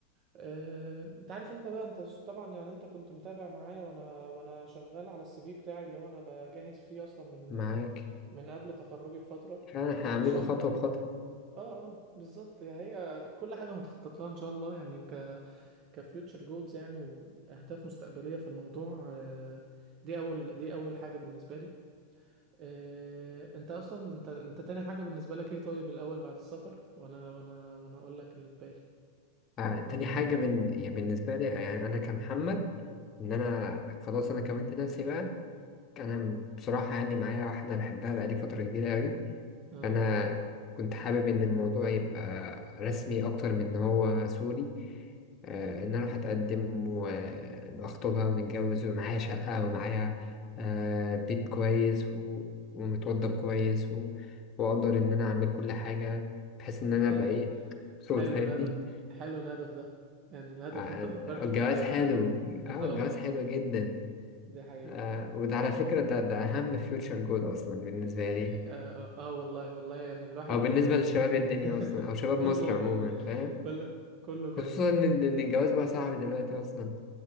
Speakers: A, on the right; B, on the left.
A: آه، انت عارف انت بقى انت طبعا يعني انت كنت متابع معايا وانا وانا شغال على السي في بتاعي اللي هو انا بجهز فيه اصلا من
B: معاك
A: من قبل تخرجي بفترة
B: فأنا
A: علشان
B: هعمله خطوة بخطوة
A: اه اه بالظبط يعني هي كل حاجة متخطط لها ان شاء الله يعني ك كفيوتشر جولز يعني واهداف مستقبلية في الموضوع آه، دي اول دي اول حاجة بالنسبة لي آه، انت اصلا انت انت تاني حاجة بالنسبة لك ايه طيب الاول بعد السفر وانا وانا وانا اقول لك اللي في بالي
B: آه، تاني حاجة بن... يعني بالنسبة لي يعني أنا كمحمد إن أنا خلاص أنا كونت نفسي بقى أنا بصراحة يعني معايا واحدة بحبها بقالي فترة كبيرة أوي
A: اه
B: فأنا كنت حابب إن الموضوع يبقى رسمي أكتر من إن هو سوري آه، إن أنا أروح أتقدم وأخطبها ونتجوز ومعايا شقة ومعايا آه، بيت كويس و... ومتوضب كويس و... وأقدر إن أنا أعمل كل حاجة بحيث إن أنا
A: حلو
B: أبقى إيه صوت
A: حلو
B: فاهمني
A: الهدف حلو الهدف ده يعني الهدف
B: آه،
A: انت فكرت
B: الجواز
A: في ال
B: حلو
A: في <laughs>
B: اه
A: اه اه
B: الجواز حلو جدا
A: دي حقيقة
B: آه وده على فكرة ده ده أهم فيوتشر جول أصلا بالنسبة لي
A: اه, آه آه، والله والله يعني الواحد
B: أو بالنسبة
A: آه،
B: لشباب الدنيا
A: <laughs>
B: أصلا أو شباب
A: كله
B: مصر
A: والله
B: عموما فاهم
A: كل كله
B: خصوصا
A: كده
B: إن إن إن الجواز بقى صعب دلوقتي أصلا